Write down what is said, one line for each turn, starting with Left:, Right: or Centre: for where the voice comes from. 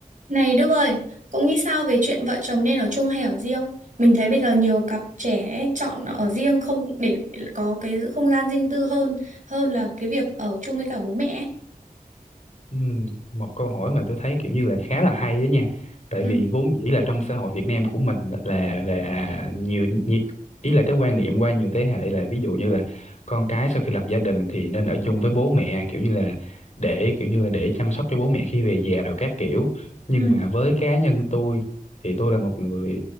Right: Này Đức ơi, cậu nghĩ sao về chuyện vợ chồng nên ở chung hay ở riêng? Mình thấy bây giờ nhiều cặp trẻ ấy chọn ở riêng không để có cái không gian riêng tư hơn hơn là cái việc ở chung với cả bố mẹ ấy.
Left: Ừ, một câu hỏi mà tôi thấy kiểu như là khá là hay đó nha tại
Right: ừ
Left: vì vốn dĩ là trong xã hội Việt Nam của mình là là nhiều, nhiều ý là cái quan niệm qua nhiều thế hệ là ví dụ như là con cái sau khi lập gia đình thì nên ở chung với bố mẹ kiểu như là để kiểu như là để chăm sóc cho bố mẹ khi về già rồi các kiểu nhưng
Right: ừ
Left: mà với cá nhân tôi thì tôi là một người